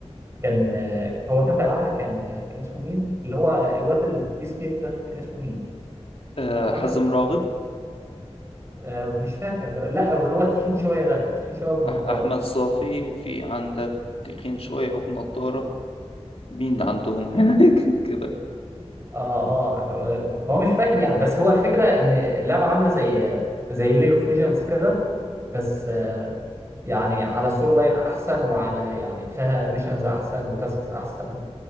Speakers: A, on the right; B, on the left.
A: كان آه، هو كان بيلعبها كان كان اسمه مين اللي هو الواد اللي في بيس كيك ده كان اسمه مين
B: آه،
A: اعتقد
B: حزم راغب
A: آه، مش فاكر لا اللي هو التخين شويه ده تخين شويه بنضاره
B: أح أحمد صافي في عندك تخين شوية وبنضارة مين عندهم هناك <laughs> كده
A: اه اه هو هو مش فاكر يعني بس هو الفكره ان اللعبه عامله زي زي ليج اوف ليجندز كده بس آه، يعني على السور لاين احسن وعلى يعني فيها ميشنز احسن وتاسكس احسن